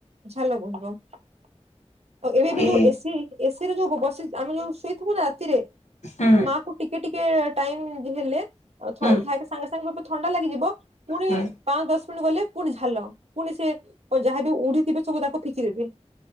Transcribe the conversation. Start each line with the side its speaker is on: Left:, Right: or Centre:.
Right: ଝାଲ ବୁହିବ ଆଉ ଏବେ ଏବେ ଯୋଉ
Left: ଏ
Right: ଏସି ଏସି ରେ ଯୋଉ ବସି ଆମେ ଯୋଉ ଶୋଇଥିବୁ ନା ରାତିରେ
Left: ହୁଁ
Right: ମା କୁ ଟି ଟିକେ ଟିକେ ଟାଇମ ହେଲେ ସାଙ୍ଗେ
Left: ହୁଁ
Right: ସାଙ୍ଗେ ସବୁ ଥଣ୍ଡା ଲାଗିଯିବ ପୁଣି
Left: ହୁଁ
Right: ପାଞ୍ଚ ଦଶ ମିନିଟ୍ ଗଲେ ପୁଣି ଝାଲ ପୁଣି ସେ ଯାହା ବି ଉଡିିଥିବେ ସବୁ ତାକୁ ଫିକି ଦେବି।